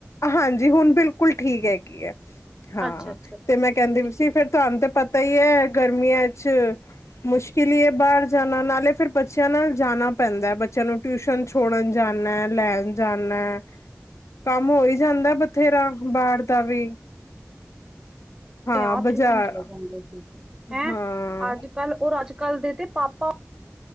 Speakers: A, on the left (about 80°); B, on the right (about 20°).
A: ਹਾਂਜੀ ਹੁਣ ਬਿਲਕੁਲ ਠੀਕ ਹੈਗੀ ਆ। ਹਾਂ
B: ਅੱਛਾ-ਅੱਛਾ
A: ਤੇ
B: ਠੀਕ
A: ਮੈਂ ਕਹਿੰਦੀ ਸੀ
B: ਐ।
A: ਫਿਰ ਤੁਹਾਨੂੰ ਤੇ ਪਤਾ ਤਾਂ ਹੀ ਹੈ ਗਰਮੀਆਂ ਚ ਮੁਸ਼ਕਿਲ ਹੀ ਹੈ ਬਾਹਰ ਜਾਣਾ ਨਾਲੇ ਫੇਿਰ ਬੱਚਿਆਂ ਨਾਲ ਜਾਣਾ ਪੈਂਦਾ, ਬੱਚਿਆਂ ਨੂੰ ਟਿਊਸ਼ਨ ਛੋੜਨ ਜਾਣਾ ਲੈਣ ਜਾਣਾ ਕੰਮ ਜਾਂਦਾ ਬਥੇਰਾ ਬਾਹਰ ਦਾ ਵੀ ਹਾਂ
B: ਤੇ ਆ
A: ਬਾਜ਼ਾਰ
B: ਟਿਊਸ਼ਨ ਚਲੇ ਜਾਂਦੇ ਸੀ ਹੈਂ
A: ਹਾਂ
B: ਅੱਜ ਕੱਲ੍ਹ ਉਹ ਰਾਜ ਕੱਲ ਦੇ ਤੇ ਪਾਪਾ